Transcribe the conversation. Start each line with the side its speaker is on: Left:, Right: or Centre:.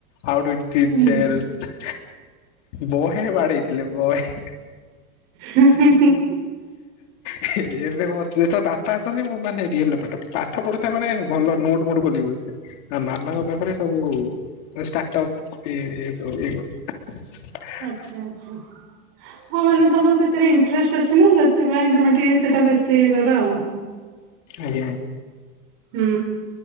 Left: how to increase
Right: ହୁଁ
Left: ସେଲସ।
Right: ହୁଁ
Left: ବହେ ବାଡେଇଥିଲେ ବହେ।
Right: ହିଁହିଁ ହିଁ।
Left: ହ ଏବେ ମୋ ତ ବାପା ଆସନ୍ତି ମୋ ମାନେ ରିୟଲ ପାଠ ପଢ଼ୁଥାଏ ମାନେ ଭଲ ନୋଟ ମୋର ଖୋଲିଥାଏ। ଆ ମାମାଙ୍କ ପାଖରେ ସବୁ ଷ୍ଟାର୍ଟପ୍। ଏଇଆ ସବୁ ହିଁ କଥା।
Right: ଆଛା ଆଛା। ହଁ ମାନେ ତମର ସେଥିରେ ଇଣ୍ଟେରେଷ୍ଟ ଅଛି ନା ସେ ସେଥିପାଇଁ ତୁମେ ଟିକେ ସେଟା ବେଶୀ ଇଏ କର।
Left: ଆଜ୍ଞା।
Right: ହୁଁ।